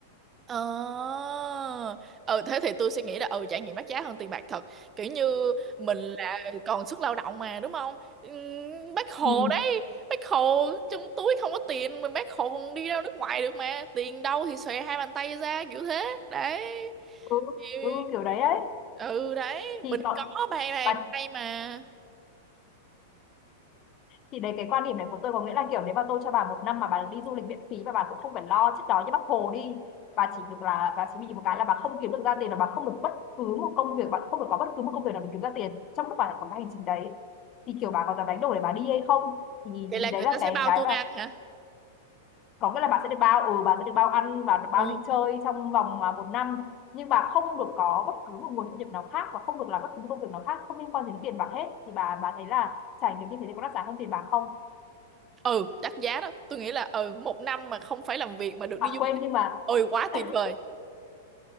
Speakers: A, on the right; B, on the left.
A: Ờ ừ thế thì tôi suy nghĩ là ừ trải nghiệm đắt giá hơn tiền bạc thật kiểu như mình là còn sức lao động mà đúng không Ừm, bác Hồ
B: ừ.
A: đấy bác Hồ trong túi không có tiền mà bác Hồ còn đi ra nước ngoài được mà tiền đâu thì xòe hai bàn tay ra kiểu thế đấy
B: ừ,
A: ừ
B: ừ kiểu đấy ấy
A: ừ, đấy
B: thì
A: mình
B: còn
A: có ba bàn
B: bà
A: tay mà
B: thì đấy cái quan điểm này của tôi có nghĩa là kiểu nếu mà tôi cho bà một năm mà bà được đi du lịch miễn phí và bà cũng không phải lo chết đói như bác Hồ đi bà chỉ được là bà chỉ bị một cái là bà không kiếm được ra tiền là bà không được bất cứ một công việc bà không được có bất cứ một công việc nào để kiếm ra tiền trong lúc bà lại có cái hành trình đấy thì kiểu bà có dám đánh đổi để bà đi hay không thì
A: vậy là
B: thì đấy
A: người
B: là
A: ta sẽ
B: cái
A: bao
B: cái
A: tôi
B: và
A: ăn hả
B: có nghĩa là bà sẽ được bao ừ bà sẽ được bao ăn và được
A: Ồ.
B: bao đi chơi trong vòng à, một năm nhưng bà không được có bất cứ một nguồn thu nhập nào khác và không được làm bất cứ một công việc nào khác không liên quan đến tiền bạc hết thì bà bà thấy là trải nghiệm như thế thì có đắt giá hơn tiền bạc không
A: ừ đắt giá đó tôi nghĩ là ừ một năm mà không phải làm việc mà được đi
B: à
A: du
B: quên
A: lịch
B: nhưng mà
A: ôi quá
B: <laughs>
A: tuyệt vời